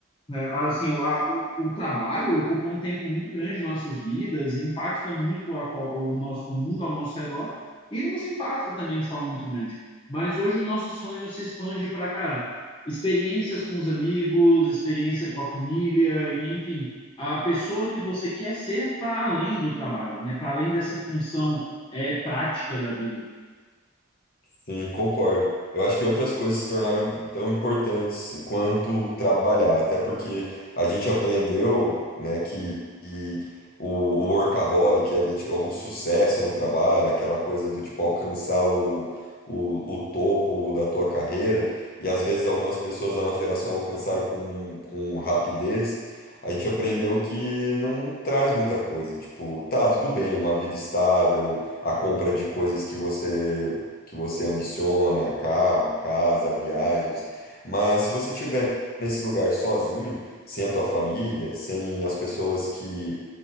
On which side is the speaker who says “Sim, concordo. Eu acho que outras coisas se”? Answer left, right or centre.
Left